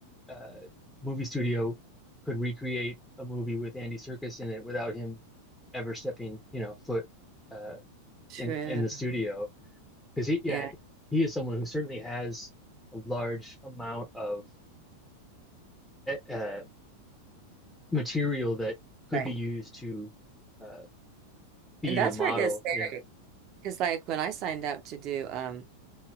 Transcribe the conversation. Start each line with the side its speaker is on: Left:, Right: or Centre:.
Centre: uh, movie studio could recreate a movie with Andy Serkis in it without him ever stepping, you know, foot uh,
Right: True.
Centre: in in the studio. Because he, yeah,
Right: Yeah,
Centre: he is someone who certainly has a large amount of eh, uh, material that could
Right: right.
Centre: be used to uh, feed
Right: And that's
Centre: a model.
Right: where it gets scary.
Centre: Yeah,
Right: Because like when I signed up to do um